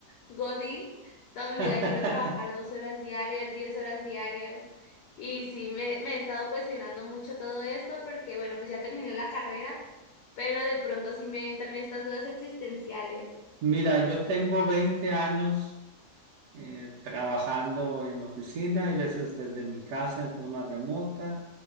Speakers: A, on the left (about 80°); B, on the right (about 75°).
A: Godín, toda mi
B: <laughs>
A: vida quiero trabajar 12 horas diarias, 10 horas diarias. Y sí, me, me he estado cuestionando mucho todo esto porque, bueno, pues ya terminé la carrera, pero de pronto sí me entran estas dudas existenciales.
B: Mira, yo tengo veinte años eh, trabajando en oficina, hay veces desde mi casa en forma remota,